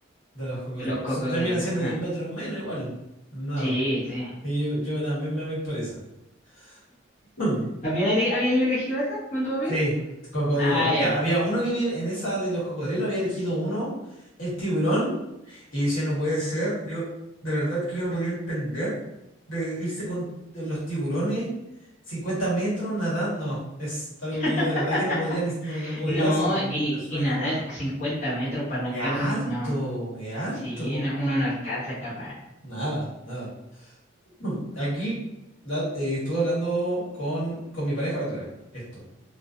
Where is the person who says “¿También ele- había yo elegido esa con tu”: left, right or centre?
Left